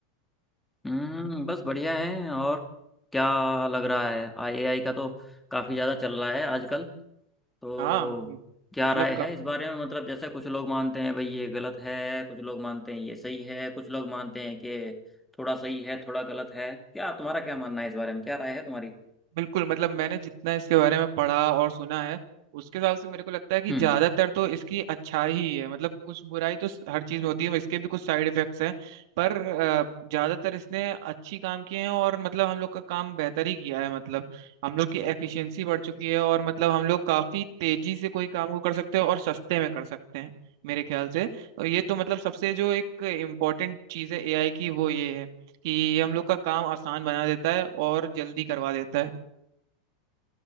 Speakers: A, in the centre; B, on the right.
A: हम्म बस बढ़िया है और क्या लग रहा है एआई का तो काफ़ी ज़्यादा चल रहा है आजकल तो
B: हाँ म-
A: क्या
B: मतलब
A: राय है इस बारे में मतलब जैसे कुछ लोग मानते हैं भाई ये गलत है कुछ लोग मानते हैं ये सही है कुछ लोग मानते हैं कि थोड़ा सही है थोड़ा गलत है क्या तुम्हारा क्या मानना है इस बारे में क्या राय है तुम्हारी
B: बिल्कुल मतलब मैंने जितना इसके बारे में पढ़ा और सुना है उसके हिसाब से मेरे को लगता है कि
A: हम्म
B: ज्यादातर तो इसकी अच्छाई ही है मतलब कुछ बुराई तो हर चीज में होती है इसके भी कुछ साइड इफेक्ट्स हैं पर अ, ज्यादातर इसने अच्छी काम किए हैं और मतलब हम लोग का काम बेहतर ही किया है मतलब हम लोग की एफिशिएंसी बढ़ चुकी है और मतलब हम लोग काफी तेजी से कोई काम को कर सकते हैं और सस्ते में कर सकते हैं मेरे ख्याल से और ये तो मतलब सबसे जो एक इम्पोर्टेंट चीज है एआई की वो ये है कि ये हम लोग का काम आसान बना देता है और जल्दी करवा देता है